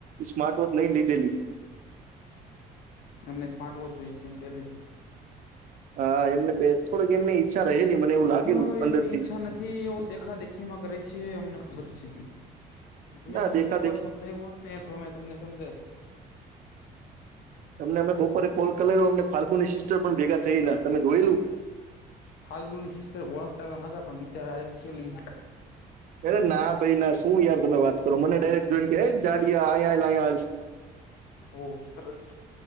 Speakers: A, on the right; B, on the left.
A: સ્માર્ટ વોચ નહીં લીધેલી
B: એમને સ્માર્ટ વોચ જોઈએ છે એમ પહેલેથી
A: હા એમને થોડક એમને ચ્છા રહે લી મને એવું લાગેલું
B: હ
A: અંદરથી
B: એમની ઈચ્છા નથી એવું દેખા દે ખીમાં કરે છે એ અમને ખબર છે તમે
A: ના
B: જો અમને
A: દેખા
B: એક
A: દેખી
B: વાર સમજાયું હોત ને તો અમે તમને સમજાવત.
A: તમને અમે બપોરે કોલ કરેલો ફાલ્ગુની સિસ્ટર પણ ભેગા થયેલા તમે જોયેલું.
B: ફાલ્ગુની ની શિસ્તર ઓળખતા નતા પણ બિચારા એક્ચ્યુલી
A: અરે ના ભાઈ ના શું યાર તમે વાત કરો મને ડાયરેક્ટ જોઈને કે જાડયા અયા હાલ અયા હાલ.
B: ઓહ સરસ.